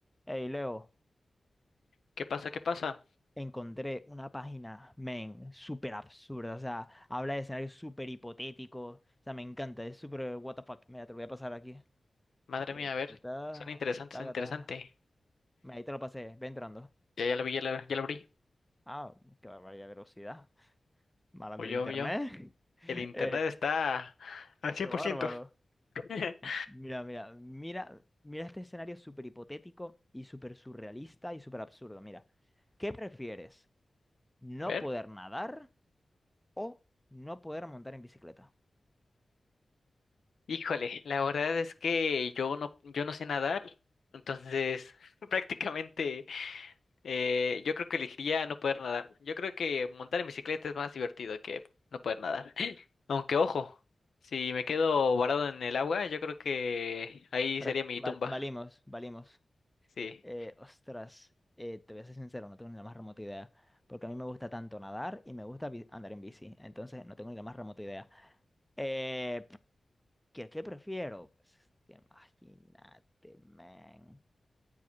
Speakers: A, in the centre; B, on the left.
A: Hey, Leo,
B: ¿Qué pasa? ¿Qué pasa?
A: encontré una página, men, súper absurda. O sea, habla de escenarios súper hipotéticos. O sea, me encanta, es súper what the fuck. Mira, te lo voy a pasar aquí.
B: Madre
A: Te-
B: mía,
A: te-
B: a ver,
A: te- ta,
B: son interesantes,
A: taca,
B: son interesantes.
A: ta. Mira, Ahí te lo pasé, ve entrando.
B: Ya, ya lo vi, ya lo, ya lo abrí.
A: Ah, qué barbaridad de velocidad. Malando
B: O yo,
A: el internet.
B: yo.
A: <laughs>
B: El internet
A: Eh,
B: está al 100%.
A: qué bárbaro.
B: <laughs>
A: Mira, mira, mira, mira este escenario súper hipotético y súper surrealista y súper absurdo. Mira, ¿qué prefieres? ¿No
B: A ver.
A: poder nadar o no poder montar en bicicleta?
B: Híjole, la verdad es que yo no, yo no sé nadar, entonces <laughs> prácticamente eh, yo creo que elegiría no poder nadar. Yo creo que montar en bicicleta es más divertido que no poder nadar. <laughs> Aunque ojo, si me quedo varado en el agua, yo creo que ahí
A: Fra-
B: sería mi
A: val-
B: tumba.
A: valimos, valimos.
B: Sí.
A: Eh, ostras, eh, te voy a ser sincero, no tengo ni la más remota idea. Porque a mí me gusta tanto nadar y me gusta bi- andar en bici. Entonces, no tengo ni la más remota idea. Eh, ¿qué, qué prefiero? Pues es que imagínate, man.